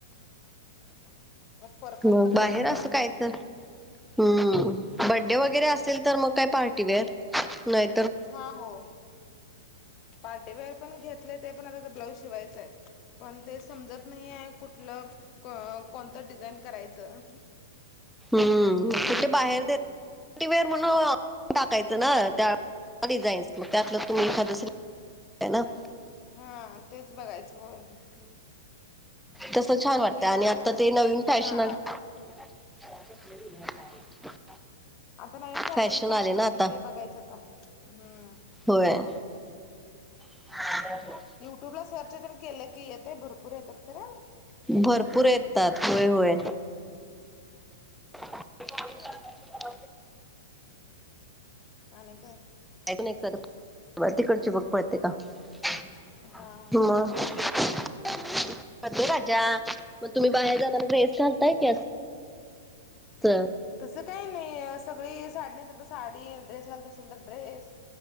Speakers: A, on the left; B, in the centre.
A: पर्पल
B: मग
A: कलरमध्ये
B: बाहेर असं
A: आहे
B: काय तर हम्म बड्डे वगैरे असेल तर मग काय पार्टीवेअर नाही
A: हा हो, पार्टीवेअर पण घेतले ते पण <unintelligible> ब्लाऊज शिवायचाय. पण ते समजत नाही आहे कुठलं क कोणतं डिझाईन करायचं.
B: हम्म कुठे बाहेर देत पार्टी पार्टीवेअर म्हण टाकायचं ना त्या डिझाईन्स मग त्यातलं तुम्ही एखादं <unintelligible> न.
A: हा तेच बघायचं होय,
B: तस छान
A: म्हणजे
B: वाटतं आणि
A: ब्लाऊज
B: आता ते नवीन फॅशन
A: हां
B: <unintelligible>
A: आता नवीन फॅशनच
B: फॅशन आले
A: आलाय
B: ना आता
A: की ते बघायचं आता, हम्म.
B: होय. <unintelligible>
A: युट्यूब ला सर्च तेन केलं की येतय भरपूर येत्यात खरं.
B: भरपूर येतात, व्हय व्हय. <inaudible>
A: आणि काय?
B: ऐकू ने तर, तिकडची बघ पळते का? <unintelligible>
A: हां
B: मग, <unintelligible> अरे राजा मग तुम्ही बाहेर जाताना ड्रेस घालताय की अ तर,
A: तसं काही नाही, सगळी साडी नेसलं तर साडी, ड्रेस घालत असेल तर ड्रेस.